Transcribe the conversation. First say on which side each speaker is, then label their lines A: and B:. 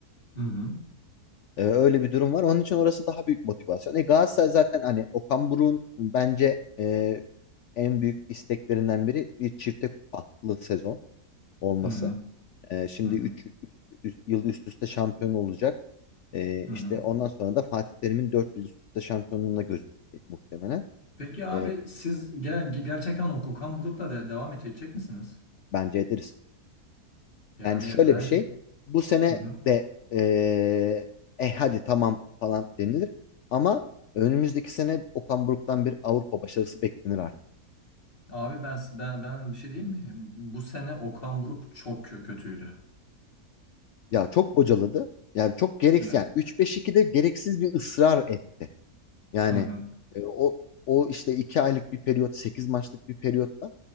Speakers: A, on the left; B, on the left.
A: Hı hı.
B: Ee, öyle bir durum var. Onun için orası daha büyük motivasyon. E, Galatasaray zaten hani Okan Buruk'un bence e, en büyük isteklerinden biri bir çifte kupalı sezon olması.
A: Hı hı.
B: Ee, şimdi
A: Hı hı.
B: üç yıl üst üste şampiyon olacak. Ee,
A: Hı
B: işte
A: hı.
B: ondan sonra da Fatih Terim'in 4 yıl üst üste şampiyonluğuna gözükecek muhtemelen.
A: Peki abi
B: Ee,
A: siz ger gerçekten o Okan Buruk'la de devam edecek misiniz?
B: bence ederiz.
A: Yani
B: Yani şöyle
A: ben
B: bir şey. Bu sene
A: Hı hı.
B: de eee e hadi tamam falan denilir. Ama önümüzdeki sene Okan Buruk'tan bir Avrupa başarısı beklenir artık.
A: Abi ben ben ben bir şey diyeyim mi? Bu sene Okan Buruk çok kö- kötüydü.
B: Ya çok bocaladı. Yani çok gereksiz.
A: Evet.
B: Yani 3-5-2'de gereksiz bir ısrar etti. Yani
A: Hı hı.
B: e, o o işte iki aylık bir periyot, 8 maçlık bir periyotta